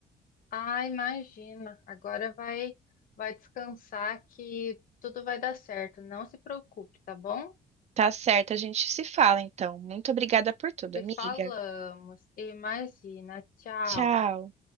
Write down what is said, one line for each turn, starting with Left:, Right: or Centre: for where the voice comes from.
Left: Ah, imagina. Agora vai, vai descansar que tudo vai dar certo. Não se preocupe, tá bom?
Right: Tá certo, a gente se fala então. Muito obrigada por tudo,
Left: Te
Right: amiga.
Left: falamos. Imagina. Tchau.
Right: Tchau.